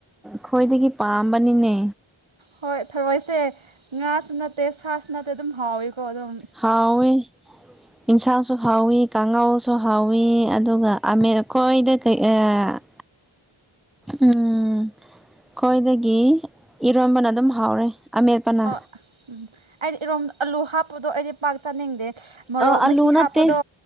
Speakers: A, in the centre; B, on the right.
A: ꯈ꯭ꯋꯥꯏꯗꯒꯤ ꯄꯥꯝꯕꯅꯤꯅꯦ
B: ꯍꯣꯏ ꯊꯔꯣꯏꯁꯦ ꯉꯥꯁꯨ ꯅꯠꯇꯦ ꯁꯥꯁꯨ ꯅꯠꯇꯦ ꯑꯗꯨꯝ ꯍꯥꯎꯋꯀꯣ ꯑꯗꯨꯝ
A: ꯍꯥꯎꯋꯤ ꯌꯤꯟꯁꯥꯡꯁꯨ ꯍꯥꯎꯋꯤ ꯀꯥꯡꯉꯧꯁꯨ ꯍꯥꯎꯋꯤ ꯑꯗꯨꯒ ꯑꯃꯦꯠ ꯀꯣꯏꯗ ꯀꯩ ꯑ ꯎꯝ ꯈꯣꯏꯗꯒꯤ ꯏꯔꯣꯟꯕꯅ ꯑꯗꯨꯝ ꯍꯥꯎꯔꯦ ꯑꯃꯦꯠꯄꯅ
B: ꯑ ꯎꯝ ꯑꯩꯗꯤ ꯏꯔꯣꯝ ꯑꯂꯨ ꯍꯥꯞꯄꯗꯣ ꯑꯩꯗꯤ ꯄꯥꯛ ꯆꯥꯅꯤꯡꯗꯦ ꯃꯣꯔꯣꯛ
A: ꯑ ꯑꯥꯂꯨ
B: ꯃꯍꯤ
A: ꯅꯠꯇꯦ
B: ꯍꯥꯞꯄꯗꯣ